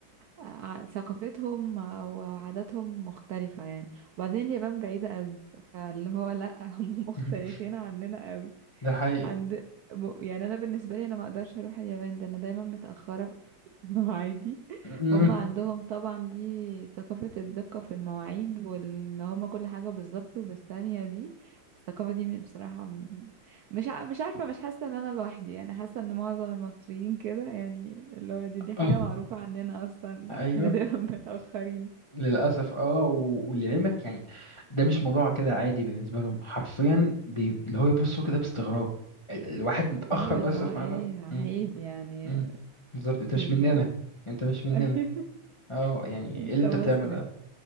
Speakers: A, on the right; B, on the left.
A: آه، آه، ثقافتهم او عاداتهم مختلفة يعني وبعدين اليابان بعيدة قوي فاللي هو لا <laughs> هم مختلفين
B: <laughs>
A: عننا قوي
B: ده حقيقي
A: عند م- يعني انا بالنسبه لي انا ما اقدرش اروح اليابان ده انا دايما متاخره في <laughs> في مواعيدي
B: <laughs> أمم.
A: هم عندهم طبعا دي ثقافه الدقه في المواعيد وان هم كل حاجه بالظبط وبالثانيه دي الثقافه دي مش- بصراحه م- مش ع- مش عارفه مش حاسه ان انا لوحدي يعني حاسه ان معظم المصريين كده يعني اللي هو دي دي حاجه
B: آه.
A: معروفه عندنا اصلا
B: ايوه
A: احنا دايما <laughs> متاخرين
B: للأسف اه و- ولعلمك يعني ده مش موضوع كده عادي بالنسبة لهم حرفيا بي... اللي هو يبصوا كده باستغراب ال- الواحد متأخر
A: ايوه
B: بس
A: اللي هو
B: في
A: ايه
B: معلومة
A: عيب
B: مم.
A: يعني
B: مم. بالظبط انت مش
A: إز-
B: مننا انت مش مننا
A: <laughs>
B: اه يعني
A: انت
B: ايه اللي انت
A: مصري
B: بتعمله ده